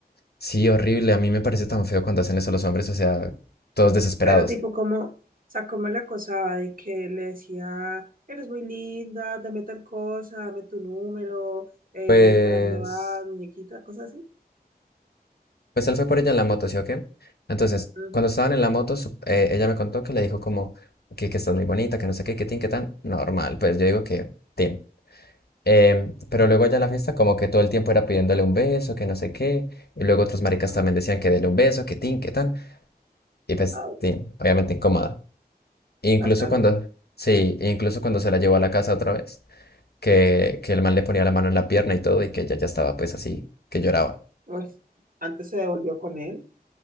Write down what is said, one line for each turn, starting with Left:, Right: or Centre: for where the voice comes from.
Left: Sí, horrible. A mí me parece tan feo cuando hacen eso los hombres, o sea, todos desesperados.
Right: Pero tipo, como, sacóme la cosa de que le decía, eres muy linda, dame tal cosa, dame tu número, eh,
Left: Pues,
Right: ¿para dónde vas, muñequita? Cosas así.
Left: pues él fue por ella en la moto, ¿sí o qué? Entonces,
Right: Ujú.
Left: cuando estaban en la moto, su- eh, ella me contó que le dijo como que, que estás muy bonita, que no sé qué, que tin, que tan. Normal, pues yo digo que tin. Em, pero luego allá en la fiesta como que todo el tiempo era pidiéndole un beso, que no sé qué. Y luego otros maricas
Right: Oh,
Left: también decían que dele un beso, que tin, que tan. Y pues
Right: oh,
Left: tin, obviamente incómoda. Incluso
Right: bastante.
Left: cuando, sí, incluso cuando se la llevó a la casa otra vez. que, que el man le ponía la mano en la pierna y todo, y que ella ya estaba pues así, que lloraba.
Right: Pues, antes se devolvió con él.